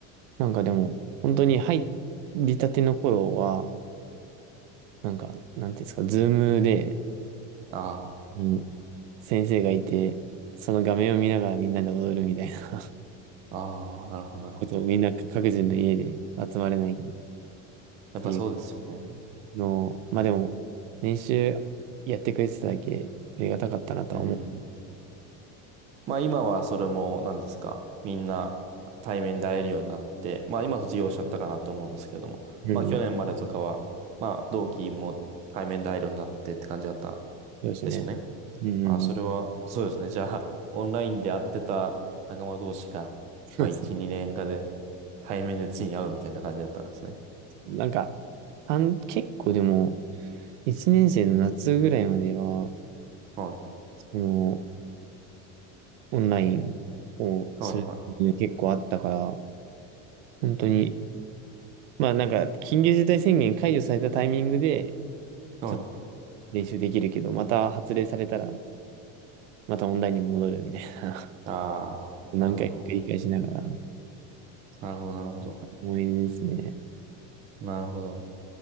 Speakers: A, on the right; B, on the right.
A: なんかでも、本当に入りたての頃は、なんか、なんていうんですか、ズームで、
B: あ
A: うん先生がいて、その画面を見ながらみんなで踊るみたいな
B: あ、ああ、なるほど、なるほど。
A: ことをみんな各自の家で集まれないっ
B: やっぱそうですよね。
A: ていうのを、まあでも、練習やってくれてただけありがたかったなとは思う。
B: うん。まあ今はそれも何ですか。みんな対面で会えるようになって、まあ今卒業しちゃったかなと思うんですけれども、
A: うん、
B: まあ去年までとかは、まあ同期も対面で会えるようになってって感じだった
A: そうですね。
B: でしょうね。
A: うん、うんうん、
B: ああ、それは、そうですね。じゃあ、オンラインで会ってた仲間同士が、
A: そうですね。
B: まあ1、2年かで対面でついに会うみたいな感じだったんですね。
A: なんか、あん、結構でも、1年生の夏ぐらいまでは、
B: はい。
A: その、オンラインをするっていう結構あったから、
B: はいはい
A: 本当に、まあなんか、緊急事態宣言解除されたタイミングで、
B: そうよ
A: ちょっと練習できるけど、また発令されたら、またオンラインに戻るみたいな、
B: あ
A: <laughs>
B: あ、
A: 何回か繰り返しながら、
B: なるほど。なるほど、なるほど。
A: 思い出ですね。
B: なるほど。